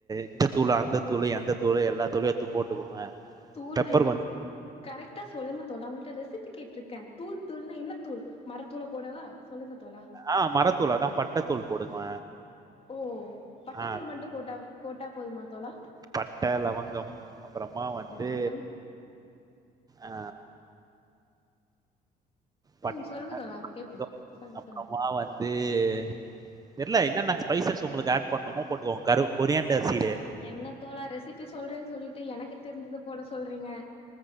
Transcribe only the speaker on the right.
இந்த தூளு அந்த தூளு எந்த தூளு எல்லா தூளையு எடுத்து போட்டுக்கோங்க
பெப்பர்
கொஞ்சம்
ஆ மரத்தூள் அதான் பட்டை தூள் போடுங்க.
ஆ
பட்ட லவங்கம் அப்புறமா வந்து
ஆ பட்
<inaudible>
அப்புறமா
வந்து அது தெர்ல என்னன்ன ஸ்பைசஸ் உங்களுக்கு ஆட் பண்ணுமோ போட்டுக்கோங்க கரு கொரியாண்ட சீரு